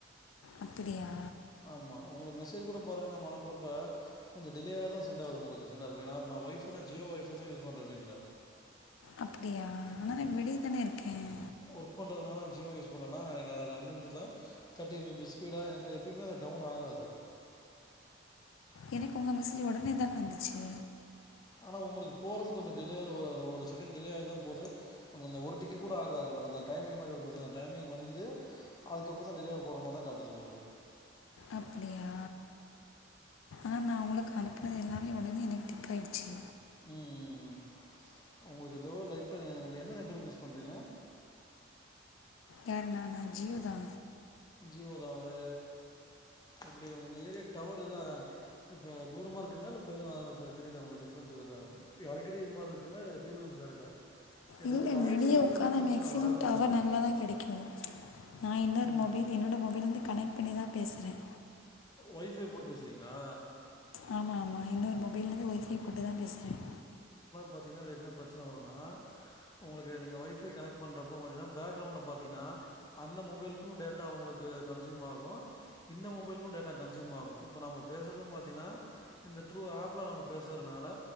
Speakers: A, on the left; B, on the left.
A: அப்புடியா
B: ஆமா உங்ளுக் மெசேஜ் கூட பாருங்க நாம அனப்புறப்ப கொஞ்சோ டிலேயா தா சென்டாவுது உங்ளுக்கு சென்டாறது எனா நா ஒய்ஃபை தா ஜியோ ஒய்ஃபைதா யூஸ் பண்ற வீட்ல
A: அப் டியா ஆனா நா வெளிய தான இருக்கேன்
B: ஒர்க் பண்ணுறதுனால ஜியோ யூஸ் பண்ணறனா எனக்கு அது அன்லிம்ட்டட் தா தெர்ட்டி எம்பி ஸ்பீடா எனக்கு எப்யுமே அது டவுன் ஆகாது
A: எனக்கு உங்க மெசஜி ஒடனே தான வந்துச்சு
B: ஆனால் உங்ளுக் போறதுக் கொஞ்ச டிலோவாவுது ஒரு செகண்ட் டிலே ஆய்தா போது நம்ம அந்த ஒரு டிக்கு கூட ஆகாது நமக்கு வந்தா டைமிங் மாறி வரும் பாத்திங்னா அந் டைமிங் வந்து அதுகப்புற தா டிலேவா போற மாறி தா காட்டுது உங்ளுக்கு
A: அப்டியா ஆன் நா உங்ளுக்கு அனுப் பினது எல்லாமே ஒடனே எனக் டிக் ஆய்டுச்சு
B: ம் ம் ம் உங்ளுக்கு ஏதோ லைட்டா என்ன நெட்ஒர்க் யூஸ் பண்றிங்க
A: யாரு நானா ஜியோதா
B: ஜியோ தா அது இப்டி உங்க ஏரியா டவர் எதா இப்ப தூரமாருக்குங்களா ல இப்ப எதாவுது தெரிதா உங்ளுக் டிஃப்ரென்ஸ் எதாதுதா இப்டி அடிக்கடி இது மாறி தா இருக்ங்களா எப்யுமே அப்டி தா இருக்கா எனக்கு
A: இல்ல
B: தெரிஞ்சு வாய்ஸ்
A: வெளிய
B: கால்ல
A: உக்காந்தா
B: இந்த பிரச்சன
A: மேக்ஸிமம்
B: வராதுன்னு
A: டவர்
B: நெனைக்கிறே
A: நல்லா தா கேடிக்கும் நா இன்னொரு
B: ம்
A: மொபைல் என்னோட மொப் லிருந்து கனெக்ட் பண்ணி தா பேசுறேன்
B: ஒய்ஃபை போட்டு பேசுறிங்ளா
A: ஆமா ஆமா இன்னொர் மொ பைலருந்து ஒய்ஃபை போட்டு தா பேஸ்றேன்
B: பாத்திங்னா அத்ல என்ன ப்ரச்சன வருன்னா உங்ளுக்கு நீங்க ஒய்ஃபை கனெக்ட் பண்றப்போ பாத்திங்ன்ன பேக்ரவுண்ட்ல பாத்திங்ன்னா அந்த மொபைல்க்கும் டேட்டா உங்ளுக்கு கன்ஸ்யூம் ஆகும் இந்த மொபைல்க்கும் டேட்டா கன்ஸ்யூம் ஆகும் இப்ப நம்ப பேஸ்றதும் பாத்திங்ன்னா இந்த த்ரூ ஆப்ல நமக் பேசுறனால